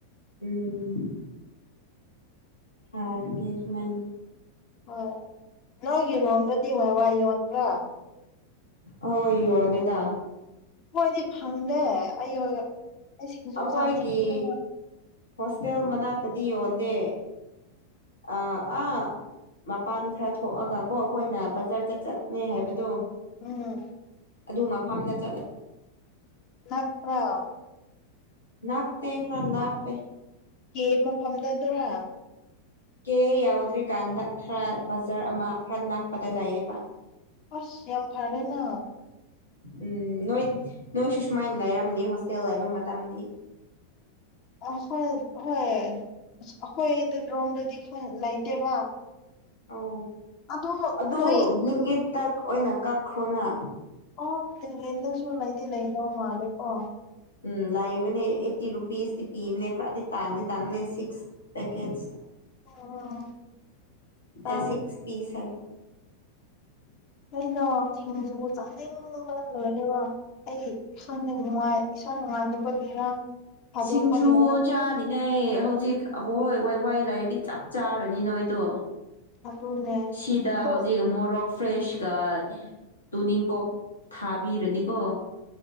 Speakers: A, on the left (about 75°); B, on the left (about 40°).
A: ꯎꯝ ꯊꯔꯒꯦ ꯁꯨꯃꯥꯏꯅ
B: ꯍꯣꯏ ꯅꯣꯏꯒꯤꯔꯣꯝꯗꯗꯤ ꯋꯥꯏ ꯋꯥꯏ ꯌꯣꯟꯕ꯭ꯔꯣ
A: ꯍꯣꯏ ꯌꫭꯜꯂꯦꯗ
B: ꯑꯈꫭꯏꯗꯤ ꯐꯪꯗꯦ ꯑꯌꫭ ꯌꫭ ꯑꯩ ꯁꯤꯡꯖꯨ
A: ꯑꯩꯈꯣꯏꯒꯤ
B: ꯆꯥꯅꯤꯡꯕꯅ
A: ꯍꯣꯁꯇꯦꯜ ꯃꯅꯥꯛꯇꯗꯤ ꯌꯣꯟꯗꯦ ꯑ ꯑꯥ ꯃꯄꯥꯟ ꯈꯔ ꯊꯣꯛꯑꯒ ꯀꯣ ꯑꯩꯈꯣꯏꯅ ꯕꯖꯥꯔ ꯆꯠ ꯆꯠꯅꯦ ꯍꯥꯏꯕꯗꯣ
B: ꯎꯝ
A: ꯑꯗꯨ ꯃꯐꯝꯗ ꯆꯠꯂ
B: ꯅꯛꯄ꯭ꯔꫭ
A: ꯅꯥꯥꯛꯇꯦ ꯈꯔ ꯂꯥꯞꯄꯦ
B: ꯀꯦ ꯃꯐꯝꯗ ꯑꯗꯨꯔ
A: ꯀꯦ ꯌꯥꯎꯗ꯭ꯔꯤꯀꯥꯟꯗ ꯈꯔ ꯕꯖꯥꯔ ꯑꯃ ꯈꯔ ꯅꯛꯄꯗ ꯂꯩꯑꯦꯕ
B: ꯑꯁ ꯌꯥꯝ ꯐꯔꯦꯅ
A: ꯎꯝ ꯅꯣꯏ ꯅꯣꯏꯁꯨ ꯁꯨꯃꯥꯏꯅ ꯂꯩꯔꯝꯅꯤ ꯍꯣꯁꯇꯦꯜ ꯂꯩꯕ ꯃꯇꯝꯗꯤ
B: ꯑ ꯈꯥꯏ ꯍꯣꯏ ꯑꯁ ꯑꯈꯣꯏ ꯑꯗꯨꯔꯣꯝꯗꯗꯤ ꯈꯪ ꯂꯩꯇꯦꯕ
A: ꯑꯣ
B: ꯑꯗꯣ
A: ꯑꯗꯨ
B: ꯅꯣꯏ
A: ꯕ꯭ꯂꯤꯡ ꯏꯠꯇ ꯑꯣꯏꯅ ꯀꯛꯈ꯭ꯔꯣꯅ
B: ꯑꫭ ꯕ꯭ꯂꯤꯡ ꯏꯟꯗꯁꯨ ꯂꯩꯗꯤ ꯂꯩꯗ ꯃꯥꯜꯂꯦ ꯀꯣ
A: ꯎꯝ ꯂꯥꯛꯏꯕꯅꯦ ꯑꯩꯠꯇꯤ ꯔꯨꯄꯤꯁꯇꯤ ꯄꯤꯕꯅꯦ ꯈꯔꯗꯤ ꯇꯥꯡꯅꯤ ꯇꯥꯡꯕꯅꯦ ꯁꯤꯛꯁ ꯄꯦꯀꯦꯠꯁ
B: ꯎꯝ ꯇꯥꯡ
A: ꯑꯦ ꯁꯤꯛꯁ ꯄꯤꯁ ꯍꯥꯏꯕ
B: ꯑꯩꯗꯣ ꯁꯤꯡꯖꯨ ꯆꯥꯅꯤꯡꯕꯅꯥ ꯂꯣꯏꯔꯦꯀꯣ ꯑꯩ ꯈꯪꯗꯦ ꯅꯨꯉꯥꯏ ꯏꯁꯥ ꯅꯨꯡꯉꯥꯏꯇꯕꯒꯤꯔ ꯊꯥꯗꯣꯛꯄꯒꯤꯔ
A: ꯁꯤꯡꯖꯨ ꯆꯥ ꯃꯤꯅꯩ ꯍꯧꯖꯤꯛ ꯑꯍꯣꯏ ꯋꯥꯏ ꯋꯥꯏ ꯂꯥꯏꯔꯗꯤ ꯆꯞ ꯆꯥꯔꯅꯤ ꯅꯣꯏꯗꯣ
B: ꯑꯗꯨꯅꯦ
A: ꯁꯤꯗ
B: ꯑꯗꯣ
A: ꯍꯧꯖꯤꯛ ꯃꯣꯔꯣꯛ ꯐ꯭ꯔꯦꯁꯀ ꯇꯨꯅꯤꯡꯀꯣꯛ ꯊꯥꯕꯤꯔꯗꯤꯀꯣ